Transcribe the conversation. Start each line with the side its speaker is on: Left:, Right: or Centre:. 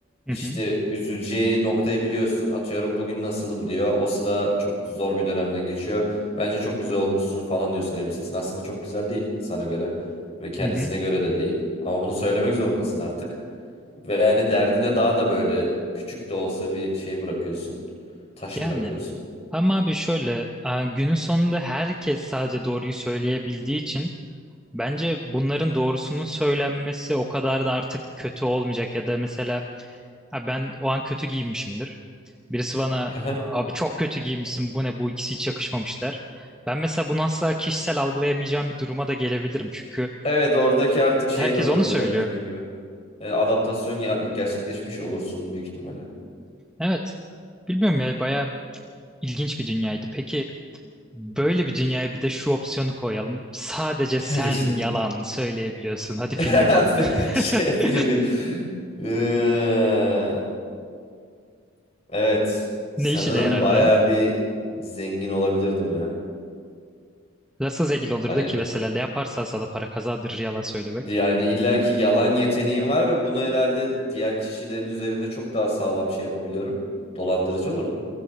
Centre: Hı
Left: İşte
Centre: hı,
Left: üzüleceği noktayı biliyorsun. Atıyorum bugün nasılım diyor. O sıra çok zor bir dönemden geçiyor. Bence çok güzel olmuşsun falan diyorsun elbisesine. Aslında çok güzel değil sana göre ve kendisine
Centre: hı hı.
Left: göre de değil. Ama bunu söylemek zorundasın artık. Ve yani derdine daha da böyle küçük de olsa bir şey bırakıyorsun. Taş
Centre: Yani
Left: bırakıyorsun.
Centre: ama abi şöyle e, günün sonunda herkes sadece doğruyu söyleyebildiği için Bence bunların doğrusunun söylenmesi o kadar da artık kötü olmayacak ya da mesela "Ha, ben o an kötü giyinmişimdir. Birisi bana
Left: Aha.
Centre: abi çok kötü giyinmişsin bu ne bu ikisi hiç yakışmamış der. Ben mesela bunu asla kişisel algılayamayacağım bir duruma da gelebilirim çünkü
Left: Evet oradaki artık şey
Centre: herkes
Left: de olabilir
Centre: onu söylüyor.
Left: evet, dediğin gibi. Yani adaptasyon ya- gerçekleşmiş olursun büyük ihtimalle.
Centre: Evet bilmiyorum ya bayağı ilginç bir dünyaydı. Peki böyle bir dünyaya bir de şu opsiyonu koyalım. Sadece
Left: <laughs>
Centre: sen
Left: İşte.
Centre: yalan söyleyebiliyorsun. Hadi
Left: <laughs>
Centre: film yapalım.
Left: Şey
Centre: <laughs>
Left: filmde. Ee, evet. Sanırım
Centre: Ne işe de yarardı?
Left: bayağı bir zengin olabilirdim ya.
Centre: Nasıl zengin olurdu
Left: Hani
Centre: ki mesela ne yaparsan sana para kazandırır yalan söylemek.
Left: yani illaki yalan yeteneğim var ve bunu herhalde diğer kişilerin üzerinde çok daha sağlam şey yapabiliyorum. Dolandırıcı olurdum